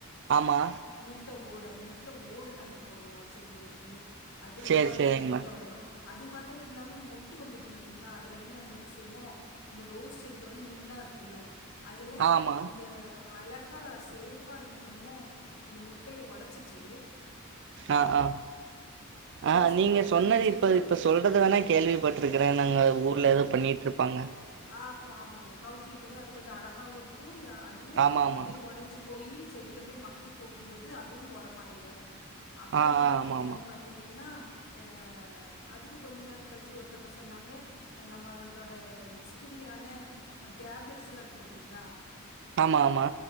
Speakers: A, on the right; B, on the left.
A: ஆமா
B: முட்ட ஓடு அந்த முட்டை ஓடு நாங்க போடுவோம் செடிகளுக்கு அது
A: சேரி
B: ரொம்ப
A: சேரிங்கம்மா
B: அருமையா வளரும் அது மாத்திரோ இல்லாம மொட்டு வந்திருக்கூ பாாத்தீங்ளா அதுல வந்து நாங்க என்ன செய்வோ அந்த ரோஸ் செடில வந்து முள்ளா இருக்கூல்ல அதுல
A: ஆமா
B: இந்த அழகா சேஃபா என்ன பண்ணுவோ அந்த முட்டைய ஒடைச்சிட்டு
A: அ அ
B: ரோஸ்க்கு
A: ஆ நீங்க
B: பதிலாக
A: சொன்னது
B: அந்த செடியோட
A: இப்ப இப்ப சொல்றது வேணா கேள்விப்பட்ருக்றே நாங்க ஊர்ல ஏதோ பண்ணிட்ருப்பாங்க
B: அப் ஆமாமா கவித்து வெக்கும்போது அது கொஞ்சோ அழகாவூ இருக்கூ யா அதுவூ
A: ஆமா ஆமா
B: அப்டியே ஒடஞ்சு போயி செடியில போய் மக்கி போகும் போது அதுவூ ஒரமாயிரூ அப்றோ
A: ஆ ஆ ஆமா
B: என்னன்
A: ஆமா
B: பாத்தீங்கன்னா ஆ அதுக்கு கொஞ்சோ நாள் கழிச்சு ஒருத்தவ்ங்க சொன்னாங்க நம்மளோட எக்ஸ்பிரியான டேப்லெட்ஸ்லா இருக்கு பாத்தீங்ளா
A: ஆமா ஆமா